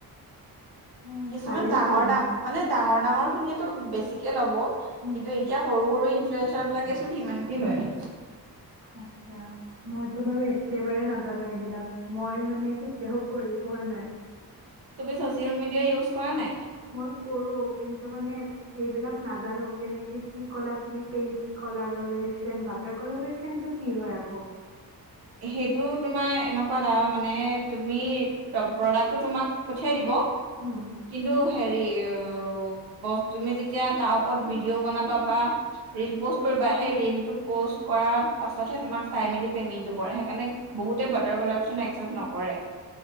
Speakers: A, on the right; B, on the right.
A: উম
B: কিছুমান
A: ভালেই
B: ডাঙৰ
A: হয়
B: মানে ডাঙৰ ডাঙৰ খিনিয়ো বেছিকে ল'ব কিন্তু
A: উম
B: এতিয়া সৰু সৰু ইনফ্লয়েঞ্চাৰ বিলাকে চোন সিমানকে লয়
A: আতছা মইতো বাৰু একেবাৰে নাজানো এইবিলাক মই মানে কেতিয়াও কৰি পোৱা নাই
B: তুমি ছচিয়েল মিডিয়া ইউজ কৰা নাই
A: মই কৰোঁ কিন্তু মানে এইবিলাক নাজানো কেনেকে কি ক'লা তুমি পেইট কলাব্ৰেচন কলব্ৰেচনটো কি হয় আকৌ
B: সেইটো তোমাৰ এনেকুৱা এটা মানে তুমি প্ৰডাক্টটো তোমাক পঠিয়াই দিব
A: উম
B: কিন্তু হেৰি অ বস্তু টোমি যেতিয়া তাৰ ত ভিডিঅ' বনাবা বা ৰিল প'ষ্ট কৰিবা সেই ৰিলটোত প'ষ্ট কৰাৰ পাছতহে তোমাক চাই মেলি পেম কৰে সেইকাৰণে বহুতে বাটাৰ কলব্ৰেচন একচেপ্ট নকৰে